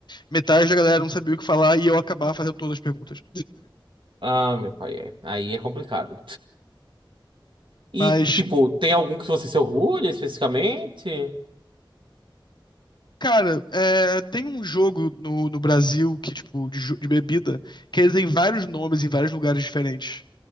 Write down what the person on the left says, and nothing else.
metade da galera não sabia o que falar e eu acabava fazendo todas as perguntas.
Mas
Cara, é, tem um jogo no, no Brasil que, tipo, de, jo- de bebida, que ele tem vários nomes em vários lugares diferentes.